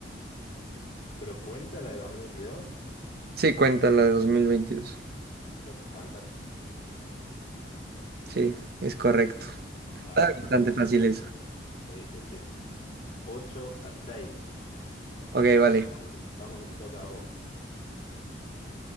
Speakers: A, on the left; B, on the right.
A: Pero cuenta la de 2022,
B: Sí, cuenta la de 2022.
A: entonces Qatar.
B: Sí, es correcto.
A: Vamos.
B: Está bastante fácil eso.
A: Sí, sí, sí. 8 a 6.
B: Ok, vale.
A: Vamos, vamos que te toca a vos.